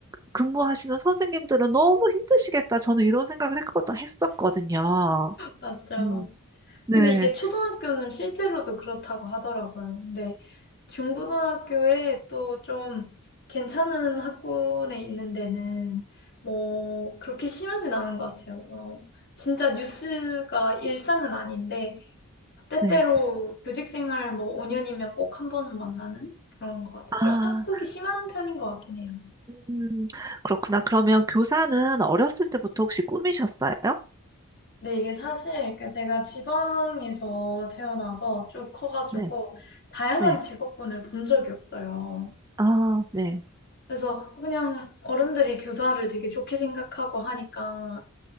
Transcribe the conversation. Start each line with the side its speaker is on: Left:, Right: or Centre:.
Right: 근무하시는 선생님들은 너무 힘드시겠다. 저는 이런 생각을 했거- 했었거든요.
Left: 맞죠.
Right: 음, 네,
Left: 근데 이게 초등학교는 실제로도 그렇다고 하더라고요. 근데 중고등학교에 또 좀 괜찮은 학군에 있는 데는 뭐 그렇게 심하진 않은 것 같아요. 어, 진짜 뉴스가 일상은 아닌데 때때로
Right: 네.
Left: 교직 생활 뭐 5년이면 꼭 한 번은 만나는 그런 것 같아요.
Right: 아.
Left: 좀 학국이 심한 편인 것 같긴 해요.
Right: 음, 그렇구나. 그러면 교사는 어렸을 때부터 혹시 꿈이셨어요?
Left: 근데 이게 사실 그 제가 지방에서 태어나서 쭉 커가지고
Right: 네.
Left: 다양한
Right: 네.
Left: 직업군을 본 적이 없어요.
Right: 아, 네.
Left: 그래서 그냥 어른들이 교사를 되게 좋게 생각하고 하니까